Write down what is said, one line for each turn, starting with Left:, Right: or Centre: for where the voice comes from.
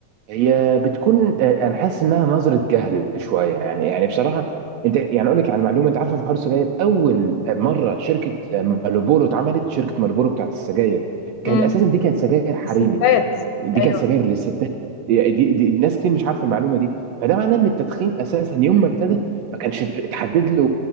Right: هي بتكون آه، انا حاسس انها نظره جهل شويه يعني يعني بصراحه انت يعني اقول لك على معلومه انت عارفه في حوار السجاير اول مره شركه آه، مالبورو اتعملت شركه مالبورو بتاعت السجاير كانت
Left: امم
Right: اساسا دي كانت سجاير حريمي
Left: الستات
Right: دي
Left: ايوه
Right: كانت سجاير للستات دي, دي ناس كتير مش عارفه المعلومه دي فده معناه ان التدخين اساسا يوم ما ابتدى ما كانش اتحدد له